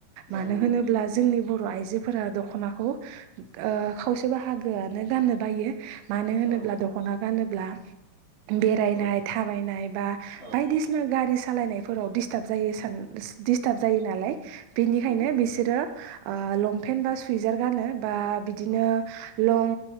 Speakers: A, on the left; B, on the right.
A: औ
B: मानो
A: नंगौ
B: होनोब्ला जोंनि बर' बर आइजोफोरा दख'नाखौ ओ खावसे बाहागोआनो गाननो बायो। मानो होनोब्ला
A: औ
B: दख'ना गानोब्ला बेरायनाय
A: औ
B: थाबायनाय बा
A: औ
B: बायदिसिना गारि सालायनायफोराव डिस्टार्ब जायो सान दिस्टार्ब जायो नालाय बेनिखायनो
A: नंगौ
B: बिसोरो लंपेन्ट बा सुइजार गानो बा बिदिनो
A: औ
B: लं